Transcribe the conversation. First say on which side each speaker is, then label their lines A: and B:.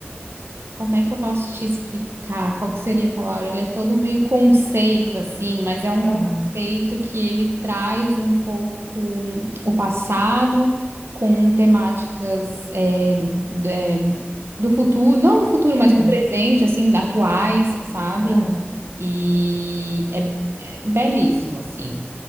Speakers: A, on the right; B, on the left.
A: Como é que eu posso te explicar? Qual que seria a palavra? Ele é todo meio conceito, assim, mas é um
B: Aham.
A: conceito que ele traz um pouco o passado com temáticas é, do, fu- é, do futuro, não do futuro, mas do
B: Aham.
A: presente, assim, atuais, sabe?
B: Aham.
A: E é, é belíssimo, assim.